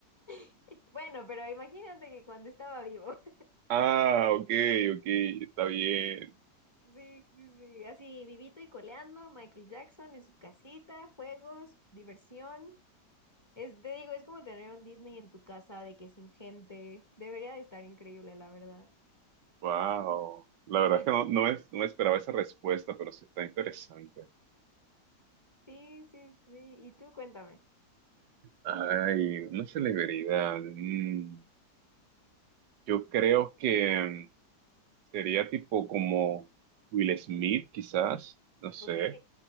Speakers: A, on the left; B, on the right.
A: <laughs> Bueno, pero imagínate que cuando estaba vivo. <laughs>
B: Ah, ok, ok, está bien.
A: Sí, sí, sí, así vivito y coleando, Michael Jackson en su casita, juegos, diversión. Es, te digo, es como tener un Disney en tu casa de que sin gente. Debería de estar increíble, la verdad.
B: Wow. La verdad
A: Y
B: es que no, no me, no me esperaba esa respuesta, pero sí está interesante.
A: sí, sí, sí. Y tú cuéntame.
B: Ay, una celebridad. mm, yo creo que mm, sería tipo como Will Smith, quizás. No sé.
A: Ok.